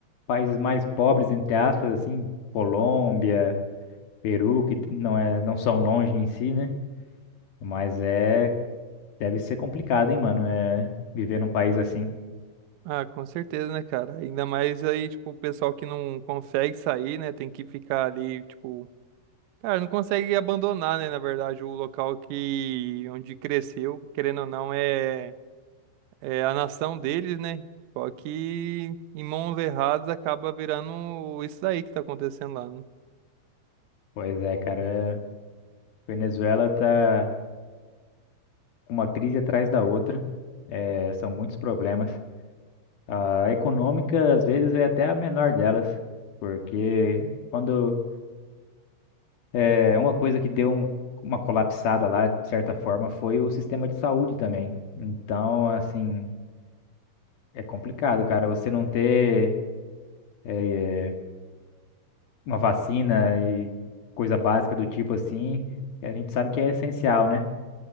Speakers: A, on the left; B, on the right.
A: países mais pobres, entre aspas, assim, Colômbia, Peru, que não é, não são longe em si, né? Mas é, deve ser complicado, hein, mano, é viver num país assim.
B: Ah, com certeza, né, cara? Ainda mais aí, tipo, o pessoal que não consegue sair, né? Tem que ficar ali, tipo, cara, não consegue abandonar, né? Na verdade, o local que onde cresceu, querendo ou não, é, é a nação deles, né? Só que em mãos erradas acaba virando isso daí que tá acontecendo lá, né?
A: Pois é, cara, é- Venezuela tá uma crise atrás da outra. É, são muitos problemas. A econômica, às vezes, é até a menor delas, porque quando é uma coisa que deu um- uma colapsada lá, de certa forma, foi o sistema de saúde também. Então, assim, é complicado, cara. Você não ter é, uma vacina e coisa básica do tipo assim, a gente sabe que é essencial, né?